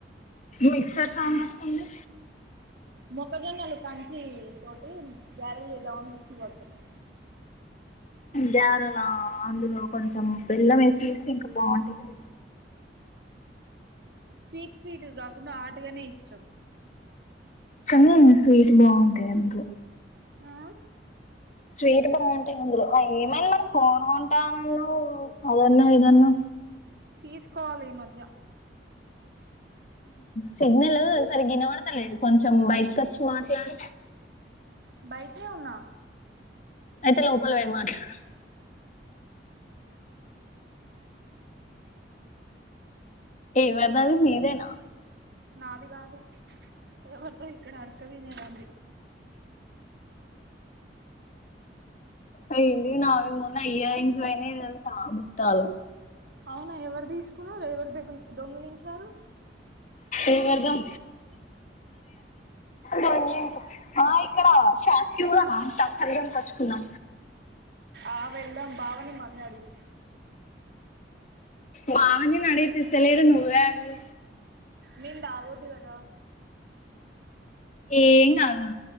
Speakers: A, on the left; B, on the right.
A: మిక్సర్ సౌండ్ వస్సుంది.
B: మొక్కజొన్నలు కంచి తోటి గ్యారెల్ చేద్దమని మిక్సి పడుతున్నా
A: గ్యరలా అందులో కొంచెం బెల్లం వేసిసి ఇంకా బావుంటది.
B: స్వీట్ స్వీట్ కాకుండా హాటగానే ఇష్టం.
A: కనీ స్వీట్ బావుంటా అందులో
B: ఆ
A: స్వీట్ బావుంటాయి అందులో ఆ ఏమైంది మనం ఫోన్ కొంటానన్నవ్ అదన్న ఇదన్న
B: తీసుకోవాలి ఈ మధ్య
A: సిగ్నల్ సరిగా వినబడతలేదు కొంచెం బయటకి వచ్చి మాట్లాడు
B: బయటే ఉన్నా
A: అయితే లోపల పోయి మాట్లాడు ఎవరిదది నీదేనా
B: నాది కాదు ఎవరిదో ఇక్కడ అడకు తినేదంది
A: అండి నావి మొన్న ఇయర్ రింగ్స్ పోయినావి తెలుసా బుట్టాలు
B: అవునా ఎవరు తీసుకున్నారు ఎవరు దొ దొంగిలించారు
A: ఏం చేద్దాం కానీ ఆ ఇక్కడ షాప్ కి కూడా నా సంగం కొచ్చుకున్నా
B: ఆ వెళ్ళాం బావా ని మనీ అడుగు
A: బావా ని నేను అడిగితే ఇస్తలేరు నువ్వే అడుగు
B: నింద ఆగదు గద
A: ఏం కాదు